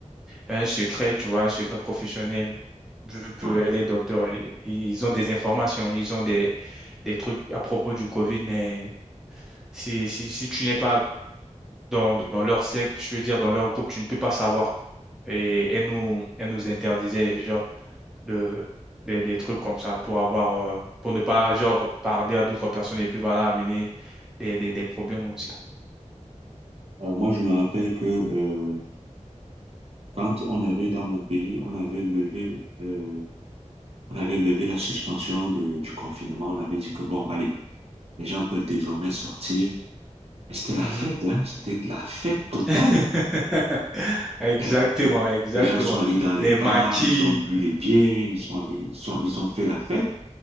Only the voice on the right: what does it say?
Ouais.
Alors moi, je me rappelle que euh, quand on avait dans mon pays, on avait levé euh, On avait levé la suspension de- du confinement. On avait dit que bon, allez, les gens peuvent désormais sortir. Et C'était la
fête, hein. C'était la fête totale.
Et Les,
les gens sont allés dans les
bars,
ils ont bu les bières, ils sont allés, ils sont- ils ont fait la fête